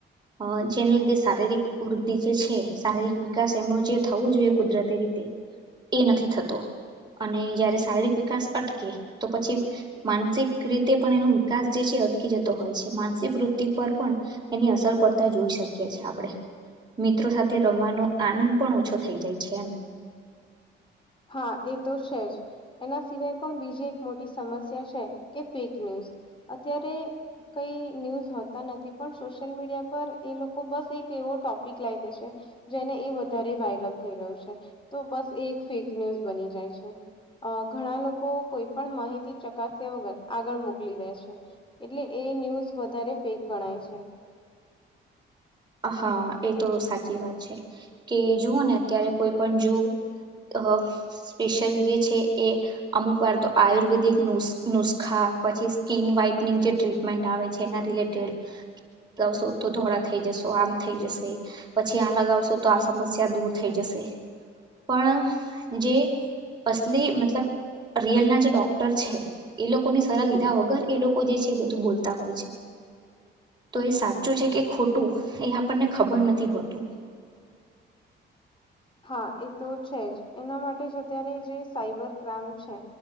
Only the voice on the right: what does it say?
અ જેને લીધે શારીરિક વૃદ્ધિ જે છે શારીરિક વિકાસ એમનું જે થવું જોઈએ કુદરત રીતે. એ નથી થતો, અને જયારે શારીરિક વિકાસ અટકે તો પછી માનસિક રીતે પણ એનો વિકાસ જે છે અટકી જતો હોય છે માનસિક વૃદ્ધિ પર પણ એની અસર પડતા જોઈ શકીએ છ છેએ આપણેે. મિત્રો સાથે રમવાનો આનંદ પણ ઓછો થઈ જાય છે એમ.
હા એ તો સાચી વાત છે, કે જુઓ ને અત્યારે કોઈ પણ જો અ સ્પેશિયલ જે છે એ અમુક વાર તો આયુર્વેદિક નુસ્ખા પછી સ્કીિન વ્હાઈટનિંગ જે ટ્રીટમેન્ટ આવે છે એના રિલેટેડ, લગાવશો તો ધોળા થઈ જશો આમ થઈ જશે, પછી આ લગાવશો તો આ સમસ્યા દૂર થઈ જશે. પણ જે અસલી મતલબ રિયલ ના જે ડોક્ટર છે. એ લોકોની સલાહ લીધા વગર એ લોકો જે છે એ બધું બોલતા હોય છે. તો એ સાચું છે કે ખોટું એ આપણને ખબર નથી હોતું.